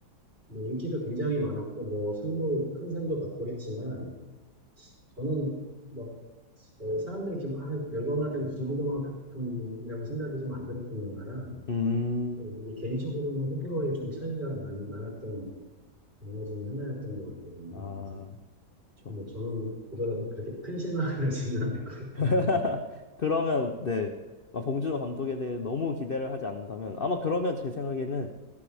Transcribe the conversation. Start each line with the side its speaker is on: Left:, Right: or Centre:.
Right: 뭐 인기도 굉장히 많았고, 뭐 상도, 큰 상도 받고 했지만, 저는 뭐 어, 사람들이 이렇게 막 열광하던 그 정도만큼이라고 생각이 좀 안 들었던 영화라,
Left: 음,
Right: 어, 이게 개인적으로는 호불호에 좀 차이가 많이, 많았던 영화 중에 하나였던 것 같거든요.
Left: 아,
Right: 그래서
Left: 그렇죠.
Right: 뭐 저는 보더라도 그렇게 큰 실망을 <laughs> 하지는 않을 것 같긴
Left: <laughs>
Right: 합니다.
Left: 그러면 네, 막 봉준호 감독에 대해 너무 기대를 하지 않는다면 아마 그러면 제 생각에는